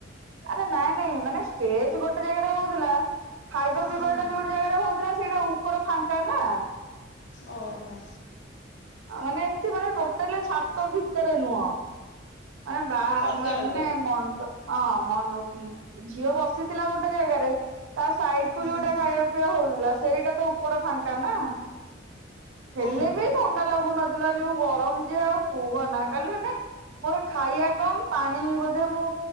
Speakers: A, on the right; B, on the left.
A: ଆରେ ନାଇଁ, ନାଇଁ ମାନେ ଷ୍ଟେଜ ଗୋଟେ ଜାଗାରେ ହଉଥିଲା। ଖାଇବା,
B: ହୁଁ
A: ପିଇବା
B: ହୁଁ
A: ଟା ଯୋଉଠି ଜାଗାରେ ହଉଥିଲା। ସେଇଟା ଉପର ଫାଙ୍କା ନା।
B: ଓ ହୋ।
A: ଆ, ମାନେ ଏମତି ମାନେ, ଟୋଟାଲି ଛାତ ଭିତରେ ନୁହଁ। ମାନେ ବାହା
B: ଅଲଗା
A: ମାନେ,
B: ଅଲଗା।
A: ମଣ୍ଡ- ହଁ, ମଣ୍ଡପ ଝିଅ ବସିଥିଲା ଗୋଟେ ଗୋଟେ ଜାଗାରେ। ତା ସାଇଡ କୁ
B: ହୁଁ
A: ବି ଗୋଟେ
B: ହୁଁ
A: ଖାଇବା, ପିଇବା ହଉଥିଲା। ସେଇଟା ତ ଉପର ଫାଙ୍କା ନା। ହେଲେ
B: ଓହୋ।
A: ବି ଥଣ୍ଡା ଲାଗୁନଥିଲା। ଯୋଉ ଗରମ, ଯେ ଆଉ କହ ନା କାଲି ମାନେ ମୋର ଖାଇବା କମ, ପାଣି ବୋଧେ ମୁଁ